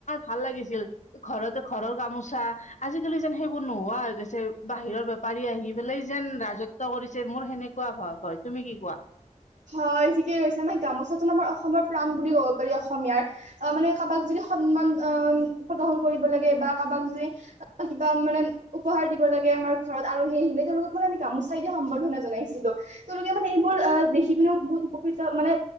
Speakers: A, on the left; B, on the right.
A: ভাল লাগিছিল ঘৰতে ঘৰৰ গামোচা আজিকালি যেন সেইবোৰ নোহোৱা হৈ গৈছে বাহিৰৰ বপাৰ পাৰি আহি পেলাই যেন ৰাজত্ব কৰিছে মোৰ সেনেকুৱা ভাব হয় তুমি কি কোৱা
B: হয় এই ঠিকেই কৈছে আমাৰ গামোচাটো আমাৰ অসমৰ প্ৰাণ বুলি ক'ব পাৰি অসমীয়াৰ অ মানে কাৰোবাক যদি সন্মান অ প্ৰদৰ্শন কৰিব লাগে বা কাৰোবাক য কিবা মানে উপহাৰ দিব লাগে আমাৰ ঘৰত আলহী আহিলে তেওঁলোকক মানে আমি গামোচাই দি সম্বৰ্ধনা জনাইছিলো তেওঁলোকে মানে এইবোৰ আহ শভি বহুত উপকৃত মানে